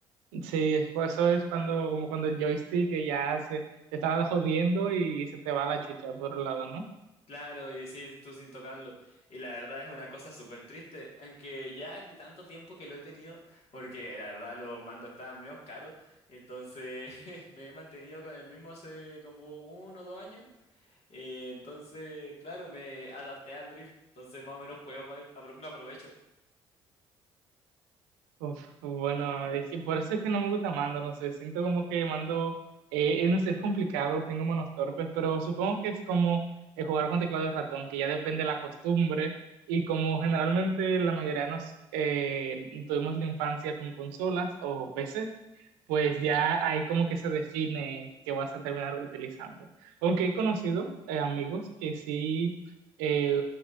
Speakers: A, on the right (about 85°); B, on the left (about 60°).
A: Sí, es- eso es cuando, como cuando el joystick que ya se, se está jodiendo y se te va la chucha por un lado, ¿no?
B: Claro, y sí, tú sin tocarlo. Y la verdad es una cosa súper triste, aunque ya es de tanto tiempo que lo he tenido, porque la verdad los mandos estaban medio caros, entonces <laughs> me he mantenido con el mismo hace como uno o dos años. Eh, entonces, claro, me adapté al drift, entonces más o menos juego con él, apro- me aprovecho.
A: Uf, bueno, es que por eso es que no me gusta Mando, no sé, siento como que Mando, eh, eh, no sé, es complicado, tengo manos torpes, pero supongo que es como eh, jugar con teclado y ratón, que ya depende de la costumbre, y como generalmente la mayoría nos eh, tuvimos la infancia con consolas o PC, pues ya ahí como que se define que vas a terminar utilizando. Aunque he conocido eh, amigos que sí eh,